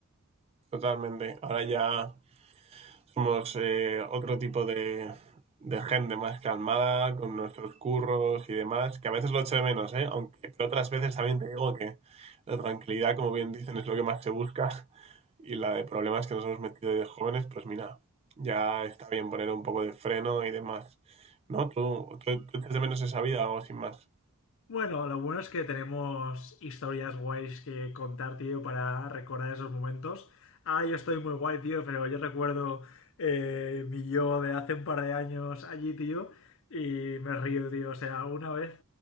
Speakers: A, on the right (about 25°); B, on the left (about 60°).
A: Totalmente. Ahora ya somos eh, otro tipo de, de gente más calmada, con nuestros curros y demás, que a veces lo echo de menos, ¿eh? Aunque pero otras veces también te digo que la tranquilidad, como bien dicen, es lo que más se busca. y la de problemas que nos hemos metido de jóvenes, pues mira, ya está bien poner un poco de freno y demás. ¿No? Tú, tú, tú echas de menos esa vida o sin más.
B: Bueno, lo bueno es que tenemos historias guays que contar, tío, para recordar esos momentos. Ah, yo estoy muy guay, tío, pero yo recuerdo eh, mi yo de hace un par de años allí, tío, y me río, tío. O sea, una vez